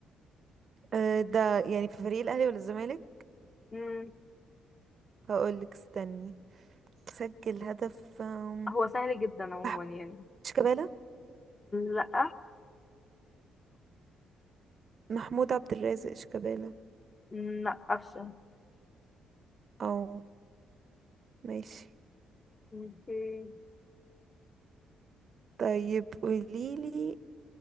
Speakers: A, on the right; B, on the left.
A: أه، ده يعني في فريق الاهلي ولا الزمالك
B: مم،
A: هقولك استني سجل هدف أم،
B: هو سهل جدا عموما
A: أح-
B: يعني
A: شيكابالا
B: لأ
A: محمود عبد الرازق شيكابالا
B: مم، لا افشل
A: او ماشي
B: اوكي
A: طيب قوليلي